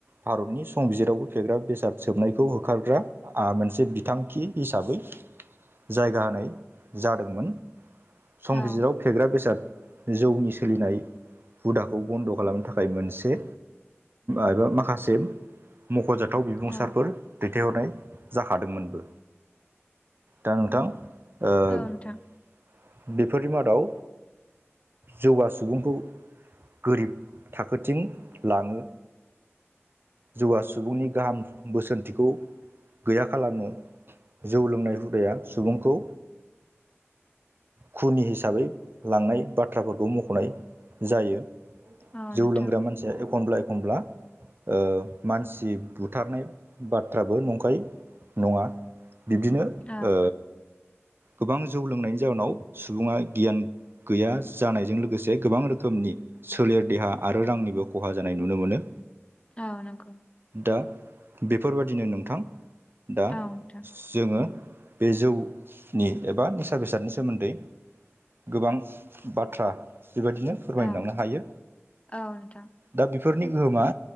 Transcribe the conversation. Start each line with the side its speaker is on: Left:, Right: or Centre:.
Right: भारतनि संबिजिरावबो फेग्रा बेसाद सोबनायखौ होखारग्रा आ मोनसे बिथांखि हिसाबै जायगा होनाय जादोंमोन संबिजतआव
Left: औ
Right: फेग्रा बेसाद जौनि सोलिनाय हुदाखौ बन्द' खालामनो थाखाय मोनसे एबा माखासे मख'जाथाव बिबुंसारफोर
Left: औ
Right: दैथायहरनाय जाखादोंमोनबो दा नोंथां ओ
Left: औ नोंथां
Right: बेफोरनि मादाव जौगा सुबुंखौ गोरिब थाखोथिं लाङो जौवआ सुबुंनि गाहाम बोसोनथिखौ गैया खालामो जौ लोंनाय हुदाया सुबुंखौ खुनि हिसाबै लांनाय बाथ्राफोरखौ मख'नाय जायो
Left: औ
Right: जौ
Left: नोंथां
Right: लोंग्रा मानसिया एखनब्ला एखनब्ला ओ मानसि बुथारनाय बाथ्राबो नंखाय नङा बिब्दिनो
Left: औ
Right: ओ गोबां जौ लोंनायनि जााहोनाव सुबुङा गियान गैया जानायजों लोगोसे गोबां रोखोमनि सोलेर देहा आरो रांनिबो खहा जानाय नुनो मोनो
Left: औ नंगौ
Right: दा बेफोरबादिनो नोंथां दा
Left: औ नोंथां
Right: जोङो बे जौनि एबा निसा बेसादनि सोमोन्दै गोबां बाथ्रा बेबायदिनो फोरमायलांनो
Left: औ
Right: हायो।
Left: औ नोंथां
Right: दा बेफोरनि गोहोमा